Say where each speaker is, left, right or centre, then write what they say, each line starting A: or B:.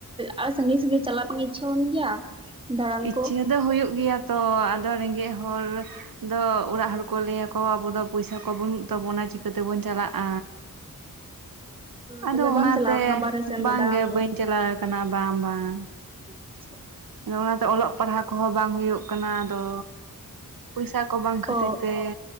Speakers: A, on the right; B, on the right.
A: ᱟᱨᱚ ᱥᱟᱺᱜᱤᱧ ᱥᱟᱺᱜᱤᱧ ᱪᱟᱞᱟᱜ ᱵᱟᱝ ᱤᱪᱪᱷᱟ ᱦᱩᱭᱩᱜ ᱜᱮᱭᱟ ᱫᱟᱬᱟᱱ
B: ᱤᱪᱪᱷᱟᱹ
A: ᱠᱚ
B: ᱫᱚ ᱦᱩᱭᱩᱜ ᱜᱮᱭᱟ ᱛᱚ ᱟᱫᱚ ᱨᱮᱸᱜᱮᱡ ᱦᱚᱲ ᱫᱚ ᱚᱲᱟᱜ ᱦᱚᱲ ᱠᱚ ᱞᱟᱹᱭᱟ ᱟᱵᱚ ᱫᱚ ᱯᱚᱭᱥᱟ ᱠᱚ ᱵᱟᱹᱱᱩᱜ ᱛᱟᱵᱚᱱᱟ ᱪᱤᱠᱟᱹᱛᱮᱵᱚᱱ ᱪᱟᱞᱟᱜᱼᱟ ᱟᱫᱚ
A: ᱛᱟᱦᱞᱮ
B: ᱚᱱᱟᱛᱮ
A: ᱵᱟᱢ ᱪᱟᱞᱟᱣ ᱠᱟᱱᱟ ᱵᱟᱨᱦᱮ ᱥᱮᱱ
B: ᱵᱟᱝᱜᱮ
A: ᱫᱚ ᱫᱟᱬᱟᱱ
B: ᱵᱟᱹᱧ ᱪᱟᱞᱟᱣ ᱠᱟᱱᱟ ᱵᱟᱝ ᱵᱟᱝ
A: ᱟᱪᱪᱷᱟ
B: ᱟᱫᱚ ᱚᱱᱟᱛᱮ ᱚᱞᱚᱜ ᱯᱟᱲᱦᱟᱜ ᱠᱚᱦᱚᱸ ᱵᱟᱝ ᱦᱩᱭᱩᱜ ᱠᱟᱱᱟ ᱟᱫᱚ ᱯᱚᱭᱥᱟ ᱠᱚ ᱵᱟᱝ ᱠᱷᱟᱹᱛᱤᱨ
A: ᱚ
B: ᱛᱮ